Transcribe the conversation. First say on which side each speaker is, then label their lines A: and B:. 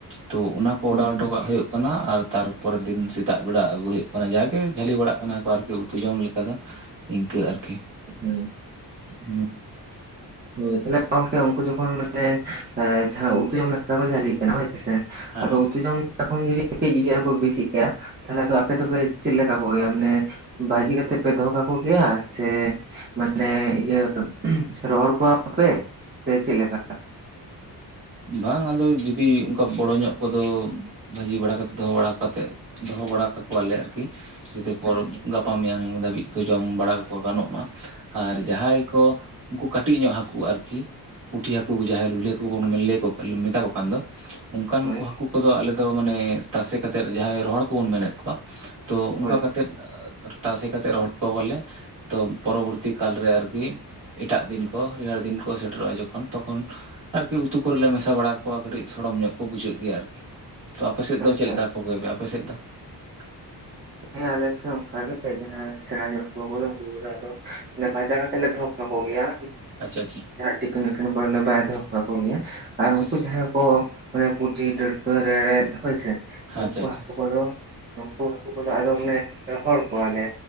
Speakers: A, on the right; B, on the right.
A: ᱛᱚ ᱚᱱᱟᱠᱚ
B: ᱦᱩᱸ
A: ᱚᱰᱟᱣ ᱦᱚᱴᱚ
B: ᱦᱩᱸ
A: ᱠᱟᱜ ᱦᱩᱭᱩᱜ ᱠᱟᱱᱟ ᱟᱨ ᱛᱟᱨᱯᱚᱨᱮᱨ ᱫᱤᱱ ᱥᱮᱛᱟᱜ ᱵᱮᱲᱟ ᱟᱹᱜᱩᱭ ᱦᱩᱭᱩᱜ ᱠᱟᱱᱟ ᱡᱟᱜᱮ ᱡᱷᱟᱹᱞᱤ ᱵᱟᱲᱟᱜ ᱠᱟᱱᱟ ᱠᱚ ᱟᱨᱠᱤ ᱩᱛᱩ ᱡᱚᱢ ᱞᱮᱠᱟ ᱫᱚ ᱤᱝᱠᱟᱹ ᱟᱨᱠᱤ
B: ᱦᱮᱸ <inaudible>
A: ᱦᱩᱸ
B: ᱦᱳᱭ <unintelligible> ᱛᱟᱦᱚᱞᱮ ᱜᱚᱝᱠᱮ ᱩᱱᱠᱩ ᱡᱚᱠᱷᱚᱱ ᱢᱟᱱᱮ ᱡᱟᱦᱟᱸ ᱩᱛᱩ ᱡᱚᱢ ᱞᱮᱠᱟ ᱠᱚ ᱡᱷᱟᱹᱞᱤᱜ ᱠᱟᱱᱟ ᱦᱳᱭᱥᱮ
A: ᱦᱮᱸ
B: ᱟᱹᱫᱚ ᱩᱛᱩ ᱡᱚᱢ ᱮ ᱡᱚᱠᱷᱚᱱ ᱡᱩᱫᱤ ᱠᱚ ᱵᱤᱥᱤ ᱜᱮᱭᱟ ᱛᱟᱦᱚᱞᱮ ᱟᱯᱮ ᱫᱚᱯᱮ ᱪᱮᱫ ᱞᱮᱠᱟ ᱠᱚ ᱜᱮᱭᱟ ᱢᱟᱱᱮ ᱵᱷᱟᱹᱡᱤ ᱠᱟᱛᱮᱫ ᱯᱮ ᱫᱚᱦᱚ ᱠᱟᱠᱚᱜᱮᱭᱟ ᱥᱮ ᱢᱟᱱᱮ ᱤᱭᱟᱹ ᱨᱚᱦᱚᱲ ᱠᱚᱣᱟᱯᱮ ᱥᱮ ᱪᱮᱫᱚ ᱞᱮᱠᱟ
A: ᱵᱟᱝ ᱟᱫᱚ ᱡᱩᱫᱤ ᱚᱱᱠᱟ ᱵᱚᱲᱚ ᱧᱚᱜ ᱠᱚᱫᱚ ᱵᱷᱟᱹᱡᱤ ᱵᱟᱲᱟ ᱠᱟᱛᱮᱫ ᱫᱚᱦᱚ ᱵᱟᱲᱟ ᱠᱟᱛᱮᱫ ᱫᱚᱦᱚ ᱵᱟᱲᱟ ᱠᱟᱠᱚᱣᱟᱞᱮ ᱟᱨᱠᱤ ᱡᱚᱛᱚ ᱯᱚᱨᱚᱵ
B: ᱟᱪᱪᱷᱟ
A: ᱜᱟᱯᱟ ᱢᱮᱭᱟᱝ ᱫᱷᱟᱹᱵᱤᱡ ᱠᱚ ᱡᱚᱢ ᱵᱟᱲᱟ ᱠᱟᱠᱚ ᱜᱟᱱᱚᱜ ᱢᱟ ᱟᱨ ᱡᱟᱦᱟᱸᱭ ᱠᱚ ᱩᱱᱠᱩ ᱠᱟᱴᱤᱡ ᱧᱚᱜ ᱦᱟᱠᱩ ᱟᱨᱠᱤ ᱯᱩᱴᱷᱤ ᱦᱟᱹᱠᱩ ᱡᱟᱦᱟᱸᱭ ᱞᱩᱞᱦᱤ ᱦᱟᱹᱠᱩ ᱵᱚᱱᱼᱼ ᱢᱮᱛᱟ ᱠᱚ ᱠᱟᱱ ᱫᱚ ᱚᱱᱠᱟᱱ
B: ᱦᱳᱭ
A: ᱠᱚ ᱦᱟᱹᱠᱩ ᱠᱩᱫᱚ ᱟᱞᱮᱫ ᱫᱚ ᱢᱟᱱᱮ ᱛᱟᱥᱮ ᱠᱟᱛᱮᱫ ᱡᱟᱦᱟᱸᱭ ᱨᱚᱦᱚᱲ ᱦᱟ. ᱠᱩ ᱵᱚᱱ ᱢᱮᱱᱮᱫ ᱠᱚᱣᱟ ᱛᱚ ᱚᱱᱠᱟ
B: ᱦᱳᱭ
A: ᱠᱟᱛᱮᱫ ᱛᱟᱥᱮ ᱠᱟᱛᱮᱜ ᱨᱚᱦᱚᱲ ᱠᱚᱳᱟᱞᱮ ᱛᱚ ᱯᱚᱨᱚᱵᱚᱨᱛᱤ ᱠᱟᱞᱨᱮ ᱟᱨᱠᱤ ᱮᱴᱟᱜ ᱫᱤᱱ ᱠᱚ ᱨᱮᱭᱟᱲ ᱫᱤᱱ ᱠᱚ ᱥᱮᱴᱮᱨᱚᱜ-ᱟ ᱡᱚᱠᱷᱚᱱ ᱛᱚᱠᱷᱚᱱ ᱟᱨᱤ ᱩᱛᱩ ᱠᱚᱨᱮᱞᱮ ᱢᱮᱥᱟ ᱵᱟᱲᱟ ᱠᱚᱣᱟ ᱠᱟᱹᱴᱤᱡ ᱥᱚᱲᱚᱢ ᱧᱚᱜ ᱠᱚ ᱵᱩᱡᱷᱟᱹᱜ ᱜᱮᱭᱟ ᱟᱨᱠᱤ ᱛᱚ ᱟᱯᱮ ᱥᱮᱫ ᱫᱚ
B: ᱟᱪᱪᱷᱟ
A: ᱪᱮᱫ ᱞᱮᱠᱟ
B: ᱟᱪᱪᱷᱟ
A: ᱠᱷᱜᱚᱭ ᱯᱮ ᱟᱯᱮ ᱥᱮᱫ ᱫᱚ <unintelligible>
B: ᱦᱮᱸ ᱟᱞᱮᱥᱮᱫ ᱚᱱᱠᱟ ᱜᱮ ᱡᱟᱦᱟᱸᱭ ᱥᱮᱬᱟ ᱡᱚ ᱩᱱᱠᱩ ᱠᱚᱫᱚ ᱟᱫᱚ ᱵᱷᱟᱡᱟ ᱠᱟᱛᱮᱜ ᱞᱮ ᱫᱚᱦᱚ ᱠᱟᱠᱚ ᱜᱤᱭᱟ
A: ᱟᱪᱷᱟ ᱟᱪᱷᱟ
B: ᱴᱤᱯᱤᱱ ᱩᱯᱤᱱ ᱠᱚᱨᱮᱞᱮ ᱵᱟᱭ ᱫᱚᱦᱚ ᱠᱟᱠᱚ ᱜᱮᱭᱟ ᱟᱨ
A: ᱟᱪᱪᱷᱟ
B: ᱩᱱᱠᱩ
A: ᱟᱪᱪᱷᱟ
B: ᱡᱟᱦᱟᱸᱭ ᱠᱚ ᱢᱟᱱᱮ ᱯᱩᱴᱷᱤ ᱰᱟᱹᱲᱠᱟᱹ ᱨᱮᱲᱮᱫ ᱦᱩᱭᱥᱮ ᱱᱩᱠᱩ
A: ᱟᱪᱪᱷᱟ ᱟᱪᱪᱷᱟ
B: ᱦᱟᱠᱠᱩᱠᱫᱚ ᱩᱱᱠᱩ ᱦᱟᱹᱠᱩ ᱠᱚᱫᱚ ᱟᱫᱚᱢ ᱞᱮ ᱨᱚᱦᱚᱲ ᱠᱚᱣᱟᱞᱮ